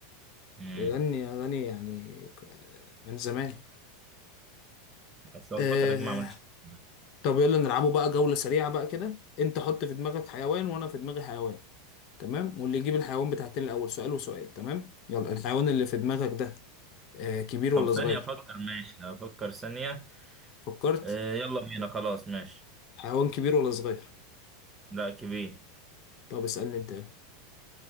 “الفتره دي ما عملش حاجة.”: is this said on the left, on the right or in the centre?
Right